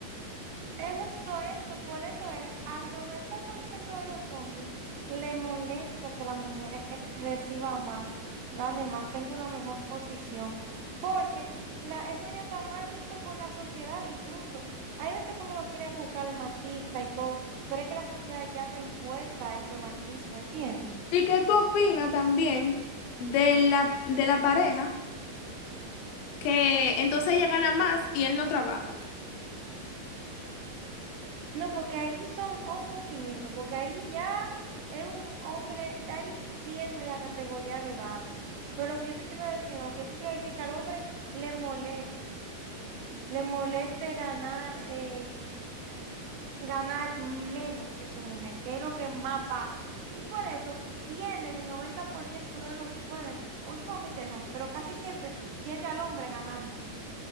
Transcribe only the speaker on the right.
Es justo eso, por eso es, al 90% de los hombres le molesta que la mujer reciba más, gane más, tenga una mejor posición, porque la, eso ya está mal visto por la sociedad incluso. Hay veces que uno lo quiere acusar de machista y todo, pero es que la sociedad ya está impuesta a ese machismo, ¿entiendes?
No, porque ahí son otros 500 porque ahí ya es un hombre, ya ahí sí entra en la categoría de vago. Pero lo que yo te quiero decir, no, lo que yo te quiero decir es que al hombre le moleste, le moleste ganar, eh, ganar menos que su mujer, que es lo que más pasa. Y por eso tienden el 90% de los, bueno, el- últimamente no, pero casi siempre tiende al hombre a ganar más,